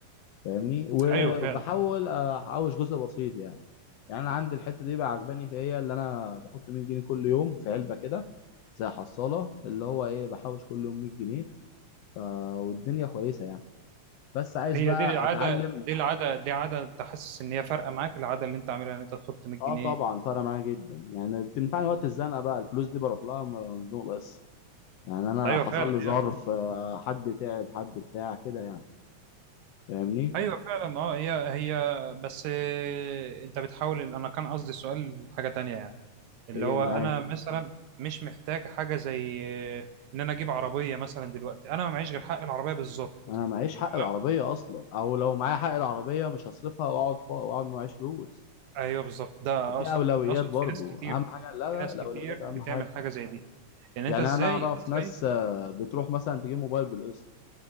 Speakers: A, on the left; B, on the right.
A: فاهمني وبحاول
B: <clears throat> ايوه فعلا
A: احوش جزء بسيط يعني يعني انا عندي الحته دي بقى عجباني في هي اللي انا بحط 100 جنيه كل يوم في علبه كده زي حصاله اللي هو ايه بحوش كل يوم 100 جنيه ف... والدنيا كويسه يعني بس عايز
B: هي
A: بقى
B: دي العاده
A: اتعلم
B: دي العاده دي عاده انت حاسس ان هي فارقه معاك العاده اللي انت عاملها ان انت تحط 100 جنيه
A: اه طبعا فرق معايا جدا يعني بتنفعني وقت الزنقه بقى الفلوس دي بروح لها لما أبقى مزنوق بس يعني انا
B: ايوه
A: حصل
B: فعلا
A: لي ظرف
B: هي حاجة-
A: آه، حد تعب حد بتاع كده يعني فاهمني
B: ايوه فعلا اه هي هي بس آه، انت بتحاول انا كان قصدي السؤال حاجه تانية يعني اللي
A: ايه
B: هو
A: معايا
B: انا مثلا مش محتاج حاجه زي آه، ان انا اجيب عربيه مثلا دلوقتي انا ما معيش غير حق العربيه بالظبط
A: انا معيش حق
B: تمام
A: العربيه اصلا او لو معايا حق العربيه مش هصرفها واقعد فا... واقعد ما معيش فلوس
B: ايوه بالظبط ده
A: في
B: اقصد
A: اولويات
B: اقصد
A: برضو
B: في ناس كتير
A: اهم حاجه لا
B: في
A: لا
B: ناس
A: الاولويات
B: كتير
A: اهم
B: بتعمل
A: حاجه
B: حاجه زي دي يعني
A: يعني
B: انت ازاي
A: انا اعرف
B: ازاي
A: ناس آه، بتروح مثلا تجيب موبايل بالقسط